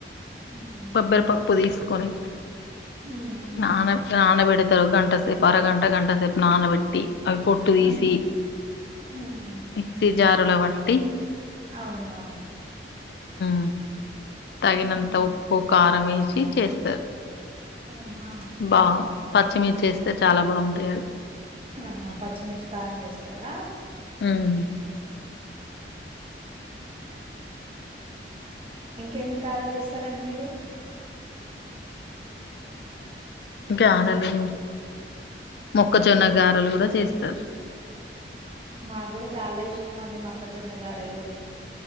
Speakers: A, on the right; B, on the left.
A: ఉహు
B: బబ్బరాపప్పు తీసుకొని
A: ఉమ్
B: నాన నానబెడతారు. గంట సేపు అరగంట గంట సేపు నానబెట్టి అవి పొట్టు తీసి
A: ఉహు ఉమ్
B: మిక్సీ జారులో వట్టి
A: అవునా
B: మ్ తగినంత
A: ఉహు
B: ఉప్పు, కారం వేసి చేస్తారు.
A: అవునా
B: బా పచ్చిమిర్చి వేస్తే చాలా బాగుంటాయి. అవి
A: ఆహా పచ్చిమిర్చి కారం వేస్తారా.
B: ఉమ్
A: ఇంకేం గారెలు చేస్తారండి మీరు
B: గారలు మొక్కజొన్న గారలు కూడా చేస్తారు.
A: మాకు కూడా చాలా ఇష్టం అండి మొక్కజొన్న గారెలు